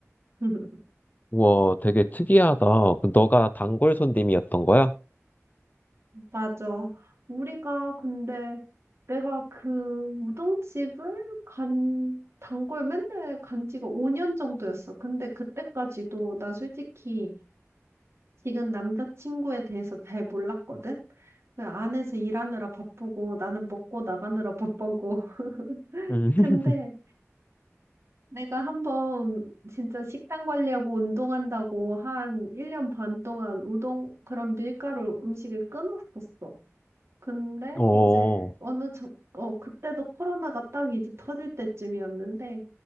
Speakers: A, on the right; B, on the left.
A: <laughs>
B: 우와, 되게 특이하다. 그 너가 단골 손님이었던 거야?
A: 맞아. 우리가 근데 내가 그 우동집을 간 단골 맨날 간 지가 5년 정도였어. 근데 그때까지도 난 솔직히 지금 남자친구에 대해서 잘 몰랐거든. 그 안에서 일하느라 바쁘고 나는 먹고 나가느라 바쁘고. <laughs>
B: 음.
A: 근데 내가 한번 진짜 식단 관리하고 운동한다고 한 1년 반 동안 우동, 그런 밀가루 음식을 끊었었어. 근데
B: 어,
A: 이제 어느 정, 어, 그때도 코로나가 딱 이제 터질 때쯤이었는데,